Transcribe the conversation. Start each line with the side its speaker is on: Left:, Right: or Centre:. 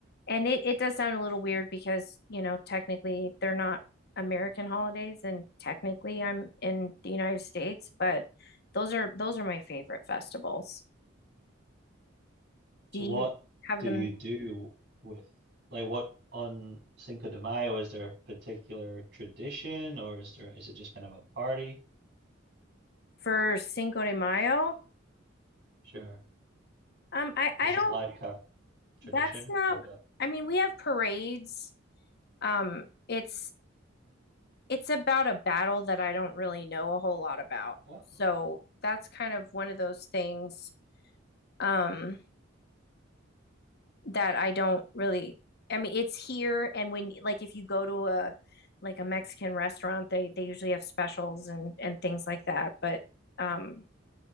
Left: And it, it does sound a little weird because, you know, technically they're not American holidays and technically I'm in the United States, but those are those are my favorite festivals.
Right: So,
Left: Do you
Right: what
Left: have
Right: do
Left: them
Right: you do with like what on Cinco de Mayo? Is there a particular tradition or is there is it just kind of a party?
Left: for Cinco de Mayo?
Right: Sure.
Left: Um, I I
Right: Is there
Left: don't.
Right: like a tradition,
Left: That's not.
Right: like a
Left: I mean, we have parades. Um, it's it's about a battle that I don't really know a whole lot about.
Right: oh,
Left: So that's kind of one of those things um that I don't really I mean it's here and when like if you go to a like a Mexican restaurant they they usually have specials and and things like that but um